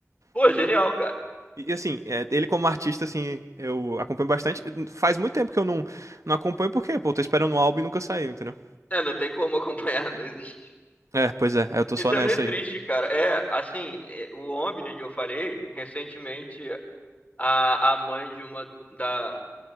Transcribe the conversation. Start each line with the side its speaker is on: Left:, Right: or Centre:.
Left: Pô,
Right: E,
Left: genial, cara.
Right: e assim, é, ele como artista, assim, eu acompanho bastante. Faz muito tempo que eu não, não acompanho, porque, pô, eu tô esperando um álbum e nunca saiu, entendeu?
Left: É, não tem como acompanhar, não existe.
Right: É, pois é, eu tô
Left: Isso
Right: só nessa
Left: é meio triste,
Right: aí.
Left: cara. É, assim, é, o Omni que eu falei, recentemente, a, a mãe de uma da,